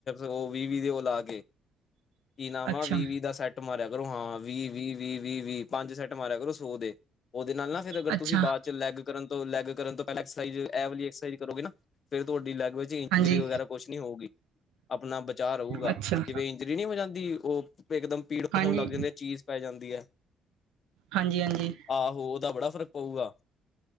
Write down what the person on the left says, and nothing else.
ਉਹ ਵੀਹ-ਵੀਹ ਦੇ ਉਹ ਲਾ ਕੇ ਕੀ ਨਾਮ
ਆ ਵੀ-ਵੀ ਦਾ ਸੈੱਟ ਸੈਟ ਮਾਰਿਆ ਕਰੋ ਹਾਂ ਵੀਹ-ਵੀਹ-ਵੀਹ-ਵੀਹ-ਵੀਹ ਪੰਜ ਸੈੱਟ ਮਾਰਿਆ ਕਰੋ ਸੌ ਦੇ ਉਹਦੇ ਨਾਲ ਨਾ ਫਿਰ ਅਗਰ
ਤੁਸੀਂ ਬਾਦ ਚ ਲੈੱਗ ਕਰਨ ਤੋਂ- ਲੈਗ ਕਰਨ ਤੋਂ ਐਕਸਾਇਜ ਇਹ ਵਾਲੀ ਐਕਸਾਈਜ਼ ਕਰੋਗੇ ਨਾ ਫਿਰ ਤੁਹਾਡੀ ਲੈੱਗ ਵਿੱਚ ਇੰਜਰੀ
ਵਗੈਰਾ ਕੁਛ ਨੀ ਹੋਊਗੀ ਆਪਣਾ ਬਚਾਅ ਰਹੂਗਾ
ਜਿਵੇਂ ਰੀ ਨਹੀਂ ਓ ਇੱਕ ਉਹ ਇਕਦਮ ਪੀੜ
ਹੋਣ ਲੱਗ ਜਾਂਦੀ ਚੀਜ਼ ਪੈ ਜਾਂਦੀ ਹੈ।
ਆਹੋ ਉਹਦਾ ਬੜਾ ਫ਼ਰਕ ਪਊਗਾ।